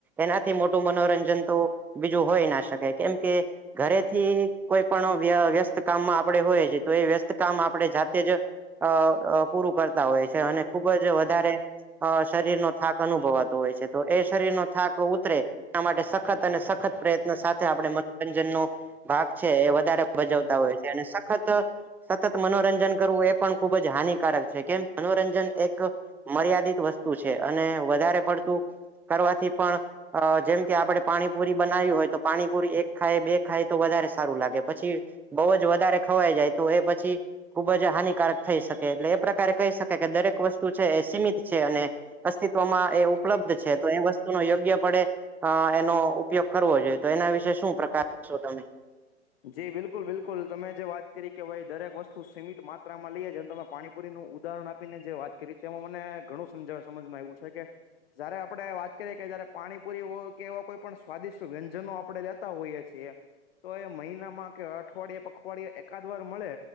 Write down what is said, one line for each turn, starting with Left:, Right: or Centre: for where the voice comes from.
Centre: એનાથી મોટું મનોરંજન તો બીજું હોય ના શકે કેમ કે ઘરેથી કોઈ પણ વ્યસ્ત કામમાં આપણેે હોય છીએ તો એ વ્યસ્ત કામ આપણે જાતે જ અ પૂરું કરતાં હોય છે અને ખુબ જ વધારે અ શરીર નો થાક અનુભવાતો હોય છે. તો એ શરીર નો થાક ઉતરે. એ માટે સખત અને સખત પ્રયત્ન સાથે આપણે મનોરંજનનો ભાગ છે એ વધારે ભજવતાં હોય છે. અને સખત સતત મનોરંજન કરવું એ પણ ખૂબજ હાનિકારક છે કેમ મનોરંજ એક મર્યાદિત વસ્તુ છે અને વધારે પડતું કરવાથી પણ અ જેમ કે આપણે પાણીપુરી બનાવી હોય તો પાણીપુરી એક ખાય બે ખાય તો વધારે સારું લાગે પછી બઉ જ વધારે ખવાઈ જાય તો એ પછી ખુબ જ હાનિકારક થઈ શકે એટલે એ પ્રકારે કહી શકે કે દરેક વસ્તુ છે એ સીમિત છે. અને અસ્તિત્વમાં એ ઉપલબ્ધ છે. તો એ વસ્તુ માં યોગ્ય પડે અહ એનો ઉપયોગ કરવો જોઈએ તો એના વિશે શું પ્રકારશો તમે?
Left: જી બિલકુલ બિલકુલ તમે જે વાત કરી કે ભાઈ દરેક વસ્તુ સીમિત માત્રામાં લઈએ જેમ તમે પાણીપુરીનું ઉદાહરણ આપી. પીને જે વાત કરી તેમાં મને ઘણું સમજાવ સમજમાં આવું છે કે જયારે આપડે વાત કરીએ કે જયારે પાણીપુરી હો કે એવા કોઈ પણ સ્વાદિષ્ટ વ્યંજનો આપડે લેતા હોઈએ છીએ તો એ મહિના માં કે અઠવાડિયે પખવાડિયે એકાદ વાર મળે.